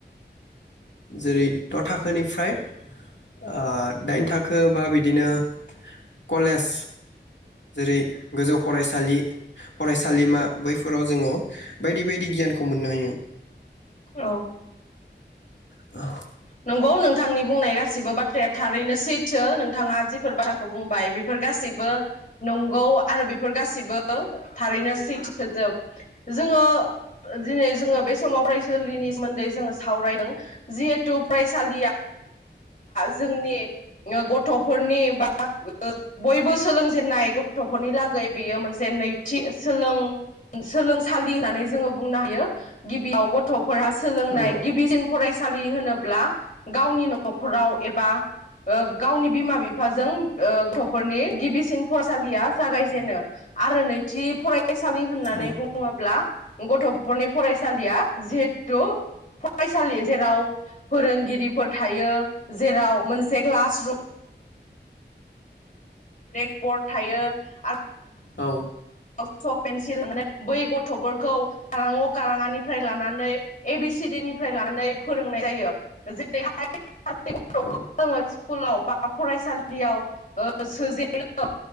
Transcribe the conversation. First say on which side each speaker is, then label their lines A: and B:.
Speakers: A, on the left; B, on the left.
A: जेरै द' थाखोनिफ्राय ओ दाइन थाखो बा बिदिनो कलेज जेरै गोजौ फरायसालि फरायसालिमा बैफोराव जोङो बायदि बायदि गियानखौ मोननो हायो
B: औ
A: औ
B: नंगौ नोंथांनि बुंनाय गासिबो बाथ्राया थारैनो सैथो नोंथाङा जिफोर बाथ्रा बुंबाय बेफोर गासैबो नंगौ आरो बेफोर गासैबो थारैनो सैथोजोब जोङो दिनै जोङो बे समाव फरायसालिनि सोन्दै जोङो सावरायदों जि टु फ्राइभ सालिया जोंनि गथ'फोरनि बा बयबो सोलोंजेननाय गथ'फोरनि लागै बेयो मोनसे नैथि सोलों सोलोंसालि होननानै जोङो बुंनो हायो गिबियाव गथ' फोरहा सोलोंनाय
A: औ
B: गिबिसिन फराय सालि होनोब्ला गावनि न' न'खराव एबा ओ गावनि बिमा बिफाजों ओ गथ'फोरनि गिबिसिन फरायसालिया जागायजेनो आरो नैथि फराय फरायसालि होननानै
A: औ
B: बुङोब्ला गथ'फोरनि फरायसालिया जिहेथु फरायसालि जेराव फोरोंगिरिफोर थायो जेराव मोनसे क्लास रुम ब्लेकबर्ड थायो आरो
A: औ
B: सक पेन्सिल होननानै बै गथ'फोरखौ गाराङव काराङानिफ्राय लानानै ए बि सि डि निफ्राय लानानै फोरोंनाय जायो जेरैहाय सासे गथखौ
A: औ
B: जोंङो स्कुलाव बा फरायसालियाव ओ सोजेनो